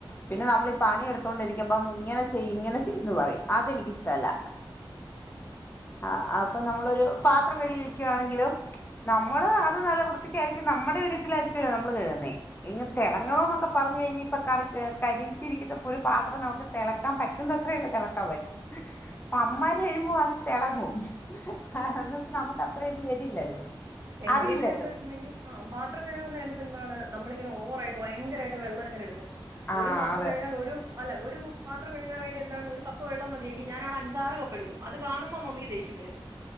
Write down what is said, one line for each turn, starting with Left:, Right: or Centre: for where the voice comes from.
Left: പിന്നെ നമ്മളീ പണിയെടുത്തോണ്ടിരിക്കുമ്പം ഇങ്ങനെ ചെയ്യ്, ഇങ്ങനെ ചെയ്ന്ന് പറയും അതെനിക്കിഷ്ടല്ല. ആ അപ്പൊ നമ്മളൊരു, പാത്രം കഴുകി വെക്കാണെങ്കിലും നമ്മള് അത് നല്ല വൃത്തിക്കായിരിക്കും നമ്മടെ ഒരിതിൽ ആയിരിക്കൊല്ലോ നമ്മള് കഴുകുന്നേ <unintelligible> തെളങ്ങണോന്നൊക്കെ പറഞ്ഞു കഴിഞ്ഞ ഇപ്പൊ കറി കരിയിച്ചിരിക്കുന്ന ഒരു പാത്രം നമുക്ക് തെളക്കാൻ പറ്റുന്ന അത്രേയല്ലേ തെളക്കാൻ പറ്റൂ. പ്പ അമ്മാര് <unintelligible> തെളങ്ങും. ആ <unintelligible> നമുക്ക് അത്ര ഇത് വരില്ലല്ലോ.
Right: എൻ്റേതിൽ
Left: അറിയില്ലല്ലോ
Right: എന്ന് വെച്ച്ണ്ടെങ്കി ആ പാത്രം കഴുക്ണ നേരത്ത് എന്താണ് നമ്മളിങ്ങെനെ ഓവറായിട്ട് വയങ്കര രായിട്ട് വെള്ളംങ്ങനെ എടുക്കും. ഒരു
Left: ആഹ്
Right: പാത്രം
Left: അതെ
Right: കഴുകാൻ ഒരു അല്ല ഒരു പാത്രം കഴുകാൻ വേണ്ടി എന്താണ് ഒരു കപ്പ് വെള്ളം മതിയെങ്കി ഞാനവടെ അഞ്ചാറ് കപ്പെടുക്കും അത് കാണുമ്പോ മമ്മിക്ക് ദേഷ്യം വരും.